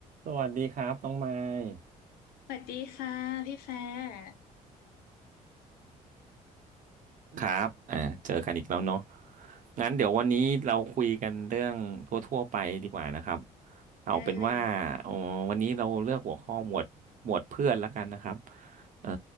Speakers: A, on the right; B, on the left.
A: สวัสดีครับน้องไมค์
B: สวัสดีค่ะพี่แฟร์
A: ครับอ่าเจอกันอีกแล้วเนาะงั้นเดี๋ยววันนี้เราคุยกันเรื่องทั่วๆไปดีกว่านะครับเอาเป็นว่าเอ่อวันนี้เราเลือกหัวข้อหมวดหมวดเพื่อนละกันนะครับ
B: ได้เลย
A: เอ่อ